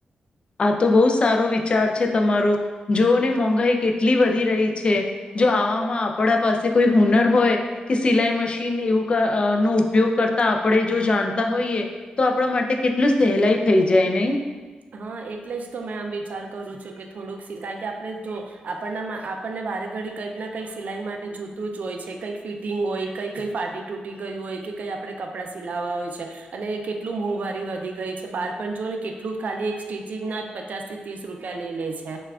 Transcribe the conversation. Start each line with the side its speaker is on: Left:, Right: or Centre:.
Left: અચા <unintelligible> તો બહુ સારો વિચાર છે તમારો. જોઓને મોંઘાાઈ કેટલી વધી રહી છે. જો આવામાં આપડા પાસે કોઈ હુનર હોય કે સિલાઈ મશીન એવું નો ઉપયોગ કરતા આપણે જો જાણતા હોઈએ તો આપણા માટે કેટલું સહેલાઈ થઈ જાય નહી.
Right: હા એટલે જ તો મેં આમ વિચાર કરું છું કે થોડુંક સ કારણ કે આપણે જો આપણના આપણને વારે ઘડી કંઈક ના કંઈક સિલાઈ માટે જૂતું જ હોય છે કઈક ફિટિંગ હોય કંઈ કઈ ફાટી તૂટી ગયું હોય કે કંઈ આપણે કપડાં સિલાવવા હોય છે અને કેટલું મોંઘવારી વધી ગઈ છે બહાર પણ જો ને કેટલું ખાલી એક સ્ટિચિંગ ના પચાસ થી ત્રીસ રૂપિયા લઈ લે છે.